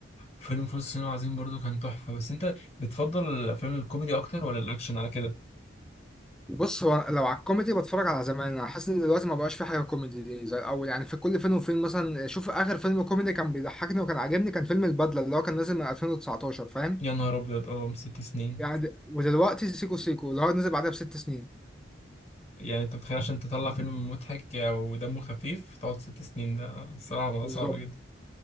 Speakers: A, on the left; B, in the centre.
A: فيلم فول الصين العظيم برضو كان تحفة بس انت بتفضل الافلام الكوميدي اكتر ولا الاكشن على كده
B: بص هو لو على الكوميدي بتفرج على زمان انا حاسس ان دلوقتي ما بقاش في حاجه كوميدي دي زي الاول يعني في كل فين وفين مثلا شوف اخر فيلم كوميدي كان بيضحكني وكان عاجبني كان فيلم البدله اللي هو كان نازل من 2019 فاهم
A: يا نهار ابيض اه ست سنين
B: يعني د- ودلوقتي سيكو سيكو اللي هو نزل بعدها بست سنين
A: يعني انت متخيل عشان تطلع فيلم مضحك ودمه خفيف تقعد ست سنين ده الصراحة الموضوع
B: بالظبط
A: صعب جدا